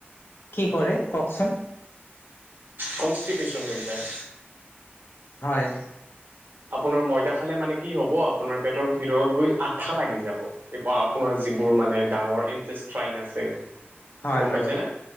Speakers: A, on the left; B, on the right.
A: কি কৰে কওকচোন।
B: কনষ্টিপেচন হৈ যায়।
A: হয়।
B: আপোনাৰ ময়দা খালে মানে কি হব আপোনাৰ পেটৰ ভিতৰত গৈ আঠা লাগি যাব। আপোনাৰ যিবোৰ মানে ডাঙৰ ইনটেষ্টট্ৰাইন আছে।
A: হয়
B: গম
A: হয়
B: পাইছে নে